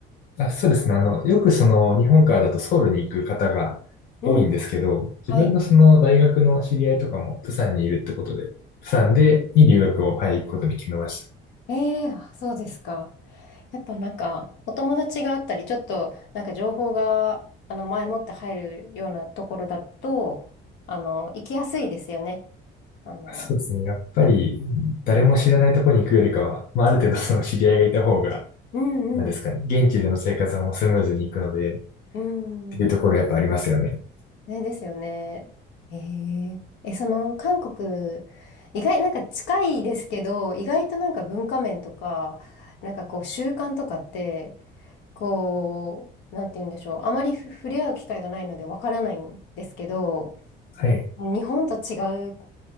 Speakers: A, on the left (about 50°); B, on the left (about 75°).
A: あ、そうですね。あの、よくその、日本からだとソウルに行く方が多いんですけど、
B: うん。はい。
A: 自分のその、大学の知り合いとかも釜山にいるってことで、釜山で、
B: え
A: に留学を、はい、行くことに決めました。
B: えーあそうですか。やっぱなんか、お友達があったり、ちょっと、なんか情報が、あの、前もって入るようなところだと、あの、行きやすいですよね。あの、
A: そうですね。やっぱり、誰も知らないところに行くよりかは、まあ、ある程度その知り合いがいた方が、
B: うんうん。
A: なんですかね。現地での生活はもうスムーズに行くので、っ
B: うん。
A: ていうところやっぱありますよね。
B: ねですよね。えー、え、その韓国、意外、なんか近いですけど、意外となんか文化面とか、なんかこう習慣とかって、こう、なんて言うんでしょう。あまりふ触れ合う機会がないのでわからないんですけど、
A: はい。
B: 日本と違う